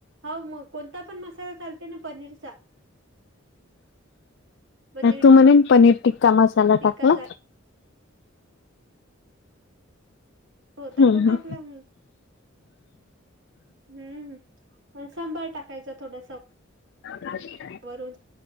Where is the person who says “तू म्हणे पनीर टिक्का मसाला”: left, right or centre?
Left